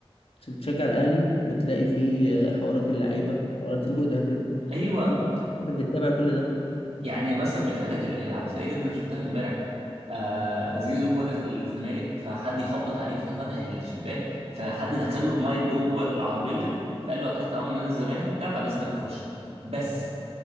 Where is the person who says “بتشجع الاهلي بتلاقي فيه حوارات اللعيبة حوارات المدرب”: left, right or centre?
Left